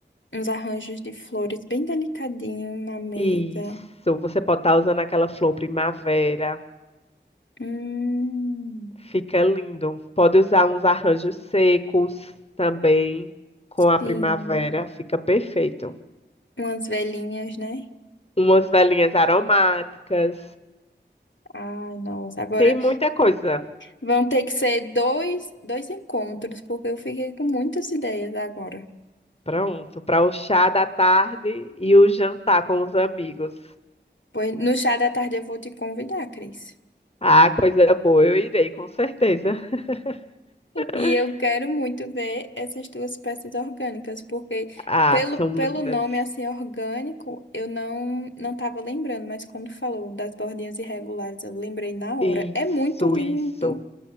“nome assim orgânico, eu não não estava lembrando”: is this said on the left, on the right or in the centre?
Left